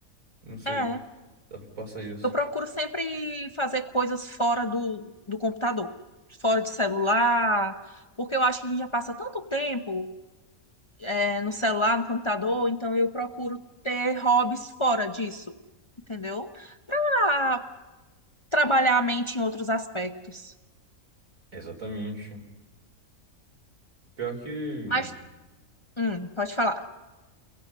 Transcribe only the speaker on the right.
Não sei,
dá pra passar isso.
Exatamente. Pior que,